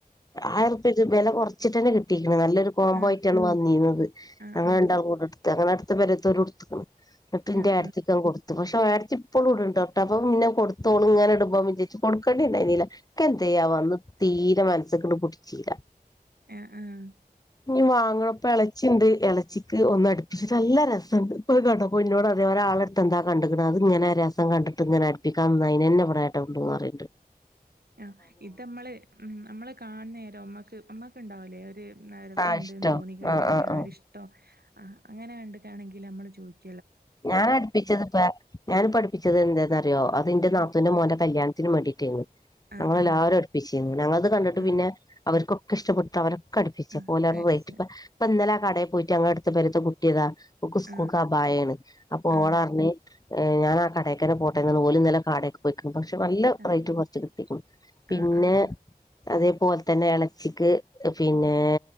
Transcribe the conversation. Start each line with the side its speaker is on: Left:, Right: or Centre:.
Left: ആയിറുപ്യ ഇജ് വില കുറച്ചിട്ടന്നെ കിട്ടും കിട്ടിക്ക്ണ് നല്ലൊരു കോംമ്പോ
Right: ആഹ് ആഹ്
Left: ആയിട്ടാണ് വന്നീന്നത്
Right: ആഹ്
Left: ഞങ്ങള്
Right: ആഹ് ആഹ് ആഹ്
Left: രണ്ടാളും കൂടെടുത്ത് അങ്ങനെ അടുത്ത പെരേതോരും എടുത്തിക്കിന് ന്നട്ട് ന്റെ
Right: ആഹ്
Left: ഏട്ടത്തിക്ക് ഞാൻ കൊടുത്തു പക്ഷെ ഏടത്തി ഇപ്പളും ഇടണ്ട് ട്ടോ അപ്പൊ പിന്നെ കൊടുത്തോളിങ്ങനെ ഇടുമ്പോ വിചാരിച്ചും കൊടുക്കണ്ടില്ലെന്നില്ല ക്ക് ന്തേ ആവോ അന്ന് തീരെ മനസ്സക്കണ്ട് പുടിച്ചീല
Right: ആഹ് ആഹ് ആഹ്
Left: ഇനി വാങ്ങണപ്പ എളച്ചിണ്ട് എള ച്ചിക്ക് ഒന്ന് അടുപ്പിച്ചിട്ട് നല്ല രസണ്ട് ഇപ്പൊ അത് കണ്ടപ്പോ ഇന്നോട് അതേ ഒരാളെടുത്ത് എന്താ കണ്ട്ക്കണേ അതിങ്ങനെ രസം കണ്ടിട്ട് ഇങ്ങനെ അടുപ്പിക്കാംന്ന് അയിനെന്നെ ഇവടെ പറണ്ട്
Right: ആ ഇതമ്മള് ഉം നമ്മള് കാണുന്നേരം നമ്മക്ക് അമ്മക്ക് ഉണ്ടാവൂലേ ഒരു രസണ്ടന്ന്
Left: ആഹ് ഇഷ്ടോ
Right: തോന്നി കഴിഞ്ഞാല്
Left: ആഹ് ആഹ്
Right: ആ
Left: ആഹ്
Right: ഒരിഷ്ടം ആ അങ്ങനെ കണ്ടുകാണെങ്കിൽ നമ്മള് ചോയിക്കും
Left: ഞാൻ അടിപ്പിച്ചത് ഇപ്പ ഞാനിപ്പോ അടിപ്പിച്ചത് എന്താന്നറിയോ അത് ഇന്റെ
Right: ആഹ്
Left: നാത്തൂന്റെ മോന്റെ കല്യാണത്തിനു ത്തിന് വേണ്ടിട്ടന്
Right: ആഹ്
Left: ഞങ്ങളെല്ലാരും
Right: ആഹ്
Left: അടിപ്പിച്ചിരുന്നു ഞങ്ങളത് കണ്ടിട്ട്
Right: ആഹ്
Left: പിന്നെ അവർക്കൊക്കെ ഇഷ്ടപ്പെട്ട് അവര ക്കടപ്പിച്ചു
Right: ആഹ്
Left: പോലറഞ്ഞു
Right: അടിച്ച്
Left: റേറ്റ് ഇപ്പ പ്പന്നലെ കടേൽ പോയിട്ട് ഞങ്ങളെ അട്ത്ത പേരെത്തെ കിട്ടിയതാ ഓക്ക് സ്കൂൾക്ക്
Right: ആഹ്
Left: അഭായാണ് അപ്പൊ
Right: ആഹ്
Left: ഓളറിഞ്ഞ ഏഹ് ഞാൻ ആ കടക്കന്നെ പോട്ടെന്ന് ഓലും ന്നലെ കടേക്ക് പോയിക്കണ് പക്ഷെ നല്ല
Right: ആഹ്
Left: റേറ്റ് കുറച്ച് കിട്ടിക്ക്ണ് പിന്നെ
Right: ആഹ് ആഹ് ആഹ്
Left: അതേപോലെ തന്നെ എളച്ചിക്ക് പിന്നെ